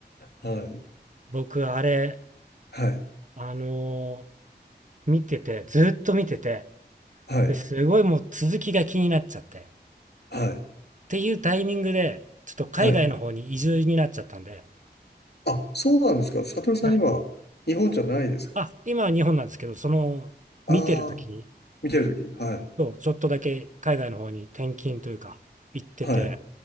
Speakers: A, on the left (about 65°); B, on the right (about 45°).
A: はい、
B: 僕、あれ、
A: はい、
B: あのー見てて、ずーっと見てて、
A: はい、
B: ですごいもう続きが気になっちゃって。
A: はい、
B: っていうタイミングで、ちょっと海外の方に移住になっちゃったんで、
A: はい。あ、そうなんですか。サトルさん今、
B: はい。
A: 日本じゃないですか。
B: あ、今は日本なんですけど、その、
A: ああー、
B: 見てる時に、
A: 見てるとき。はい、
B: そう、ちょっとだけ海外の方に転勤というか、行ってて、
A: はい、